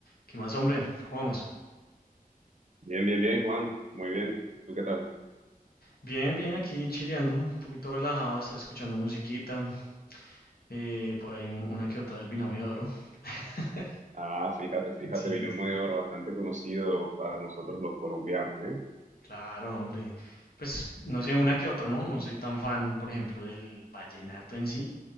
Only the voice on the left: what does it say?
¿Qué más, hombre? ¿Cómo vamos?
Bien, bien, aquí chileando, un poquito relajado, estaba escuchando musiquita, eh, por ahí un- una que otra del Binomio de Oro. <laughs>
Sí,
sí.
Claro, hombre. Pues no sé, una que otra, ¿no? No soy tan fan, por ejemplo, del vallenato en sí,